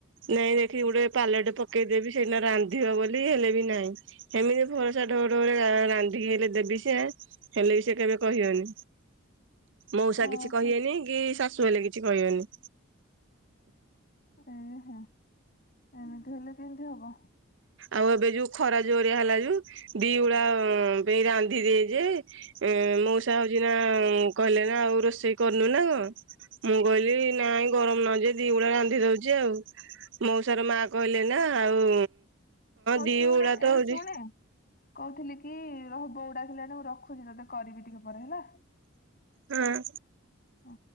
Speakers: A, on the right; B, on the left.
A: ନାଇଁ ଦେଖିକି ଗୋଟେ ପାଲଟେ ପକେଇଦେବି ସେଇନ ରାନ୍ଧିବ ବୋଲି ହେଲେ ବି ନାହିଁ। ହେମିତି ଭରସା ଢୋ ଢୋରେ ରା ରାନ୍ଧିକି ହେଲେ ଦେବି ସେ। ହେଲେ ବି ସିଏ କେବେ କହିବେନି। ମଉସା
B: ଓହୋ
A: କିଛି କହିବେନି କି ଶାଶୁ ହେଲେ କିଛି କହିବେନି।
B: ଏହେ ଏମିତି ହେଲେ କେମିତି ହବ?
A: ଆଉ ଏବେ ଯୋଉ ଖରା ଜୋରିଆ ହେଲା ଯୋଉ ଦି ଉଳା ପାଇଁ ରାନ୍ଧିଦିଏ ଯେ ଏ ମଉସା ହଉଚି ନାଁ କହିଲେ ନା ଆଉ ରୋଷେଇ କରିନୁ ନା କଁ? ମୁଁ କହିଲି ନାଇଁ ଗରମ ନାଗୁଚି ଦିଉଳା ରାନ୍ଧି ଦଉଚି ଆଉ। ମଉସାର ମା କହିଲେ ନା ଆଉ
B: ହଁ
A: ଦି
B: ଶୁଣେ
A: ଉଳା ତ
B: ଏଇ
A: ହଉଛି
B: ଶୁଣେ କହୁଥିଲି କି ରହ ବୋଉ ଡାକିଲାଣି ମୁଁ ରଖୁଚି ତତେ କରିବି ଟିକେ ପରେ ହେଲା।
A: ହଁ।
B: ଓ।